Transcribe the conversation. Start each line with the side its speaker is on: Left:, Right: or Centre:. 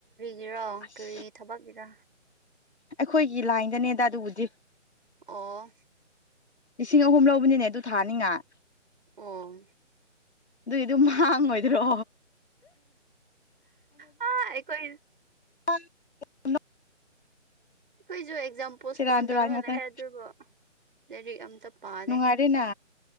Right: ꯌꯦꯔꯣ
Left: ꯑꯁ
Right: ꯀꯔꯤ ꯊꯕꯛꯀꯤꯔ
Left: ꯑꯩꯈꯣꯏꯒꯤ ꯂꯥꯏꯟꯗꯅꯦꯗ ꯑꯗꯨꯕꯨꯗꯤ
Right: ꯑꯣ
Left: ꯂꯤꯁꯤꯡ ꯑꯍꯨꯝ ꯂꯧꯕꯅꯤꯅꯦ ꯑꯗꯨ ꯊꯥꯅꯤꯉꯥꯏ
Right: ꯑꯣ
Left: ꯑꯗꯨꯏ ꯑꯗꯨꯝ ꯍꯥꯡꯉꯣꯏꯗ꯭ꯔꯣ
Right: ꯍꯥ ꯑꯩꯈꯣꯢ
Left: ꯑ <inaudible>
Right: ꯀꯣꯏꯁꯨ ꯌꯥꯝ ꯄꯣꯁꯄꯣꯟ
Left: ꯁꯦꯔꯥꯟ
Right: ꯇꯧꯔꯒ
Left: ꯇꯨꯔꯥꯟ ꯉꯥꯛꯇꯅꯦ
Right: ꯂꯩ ꯑꯗꯨꯕꯨ ꯂꯥꯏꯔꯤꯛ ꯑꯝꯇ ꯄꯥꯗꯦ
Left: ꯅꯨꯡꯉꯥꯏꯔꯦꯅ